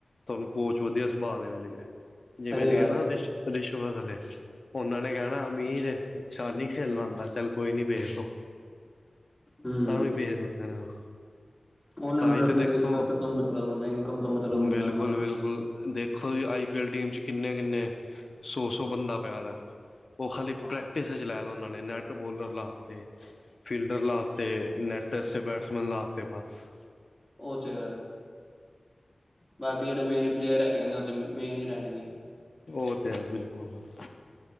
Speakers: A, on the left; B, in the centre.
A: ਤੁਹਾਨੂੰ ਕੋਚ ਵਧੀਆ ਸੁਭਾਅ ਦੇ ਮਿਲ ਗਏ। ਜੇ
B: ਸਹੀ
A: ਮਿਲ
B: ਗੱਲ
A: ਗਿਆ ਨਾ। ਰਿਸ਼- ਰਿਸ਼ਵਤ ਵਾਲੇ ਉਹਨਾਂ ਨੇ ਕਹਿਣਾ। ਅਮੀਰ, ਅੱਛਾ ਨਹੀਂ ਖੇਲਣਾ ਆਉੰਦਾ ਚੱਲ ਕੋਈ ਨੀ ਵੇਖ ਲੋੋ।
B: ਹੂੰ
A: ਤਾਂ ਵੀ ਭੇਜ ਦਿੰਦੇ ਨੇ ਉਹ।
B: ਉਹਨਾਂ
A: ਤਾਂ
B: ਨੂੰ
A: ਹੀ ਤੇ
B: ਆਪਣੀ
A: ਦੇਖੋ
B: ਰਿਸ਼ਵਤਾਂ ਤੋਂ ਮਤਲਬ ਹੁੰਦਾ ਇਨਕਮ ਤੋਂ ਮਤਲਬ
A: ਬਿਲਕੁਲ
B: ਹੁੰਦਾ। ਉਹਨਾਂ ਨੂੰ
A: ਬਿਲਕੁਲ ਦੇਖੋ ਜੀ, ਆਈ ਪੀ ਐੱਲ ਟੀਮ 'ਚ ਕਿੰਨੇ ਕਿੰਨੇ ਸੌ -ਸੌ ਬੰਦਾ ਪਿਆ ਦਾ। ਉਹ ਖਾਲੀ ਪ੍ਰੈਕਟਿਸ
B: ਹਾਂ
A: ਚ' ਲੈ ਦਾ ਉਹਨਾਂ ਨੇ ਨੈਟ ਬੋਲਰ ਲਾ ਤੇ। ਫੀਲਡਰ ਲਾਤੇ, ਨੈਟੈਸ ਬੈਟਸਮੈਨ ਲਾਤੇ, ਬਸ।
B: ਉਹ ਤੇ। ਬਾਕੀ ਜਿਹੜੇ ਮੇਨ ਪਲੇਅਰ ਹੈਗੇ ਨੇ। ਉਹਥੇ ਮੇਨ ਹੀ ਰਹਿਣਗੇ।
A: ਉਹ ਤੇ ਬਿਲਕੁਲ- ਬਿਲਕੁਲ